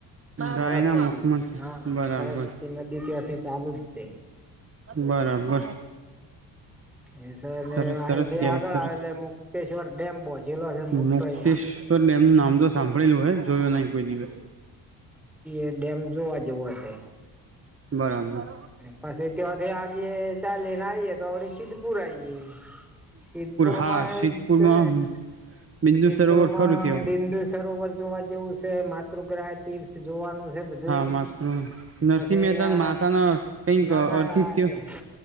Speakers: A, in the centre; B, on the right.
A: સરસ્વતી.
B: ગાયના મુખમાંથી
A: હા,
B: બરાબર
A: સરસ્વતી નદી ત્યાંથી ચાલુજ છે. સે.
B: બરાબર.
A: એ સર ને
B: સરસ
A: અહીંથી
B: સરસ કેવા
A: આગળ
B: સરસ
A: આવે તે મુકેશ્વર ડેમ બોજેલો છે મોટો
B: મુક્તેશ્વર
A: અહિયાં
B: ડેમ નું નામ તો સાંભળેલું હે, જોયો
A: હમ
B: નઈ કોઈ દિવસ.
A: એ ડેમ જોવા જેવો હશે.
B: બરાબર
A: પછી તથી આગે ચાલેને આઈએ તો વળી સિદ્ધપુર આઈએ. સિદ્ધપુર
B: હા
A: માં
B: સિદ્ધપુરમાં
A: એક છે
B: બિંદુ
A: સિદ્ધપુરમાં
B: સરોવર ખરું ત્યો
A: બિંદુ સરોવર જોવા જેવું છે, માતૃગ્રહ તીર્થ જોવાનું છે બધુંએ,
B: હા માત્ર નરસિંહ
A: પછી
B: મહેતા
A: અહં
B: માતાના કઈક
A: ના ના
B: અર્થિત્ય
A: એ